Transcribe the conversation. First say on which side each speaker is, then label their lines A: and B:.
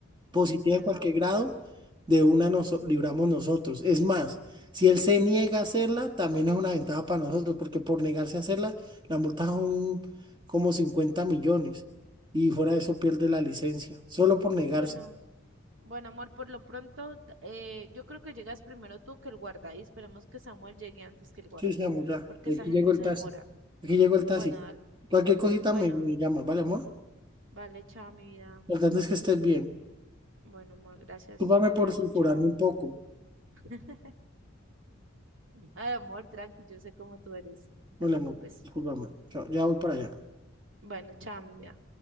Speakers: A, on the right (about 25°); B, on the right (about 70°).
A: positiva
B: positiva.
A: en cualquier grado, de una nos libramos nosotros. Es más, si él se niega a hacerla, también es una ventaja para nosotros, porque por negarse a hacerla, la multa son como 50 millones y fuera de eso pierde la licencia, solo por negarse.
B: Bueno. Bueno, amor, por lo pronto, d- eh, yo creo que llegas primero tú que el guarda y esperemos que Samuel llegue antes que el guarda,
A: Sí, sí, amor, ya.
B: porque esa
A: Aquí
B: gente
A: llegó el
B: se
A: taxi.
B: demora.
A: Aquí llegó el taxi.
B: Bueno, dale.
A: Cualquier cosita
B: Bueno,
A: me, me llamas, ¿vale, amor? Lo
B: vale, chao, mi vida.
A: importante es que estés bien.
B: Bueno, amor, gracias.
A: Discúlpame
B: Te
A: por
B: amo,
A: sulfurarme
B: chao.
A: un poco.
B: <laughs> Ay, amor, tranqui, yo sé cómo tú eres. No te
A: Vale,
B: preocupes.
A: amor, discúlpame. Chao, Ya voy para allá.
B: Bueno, chao, mi vida.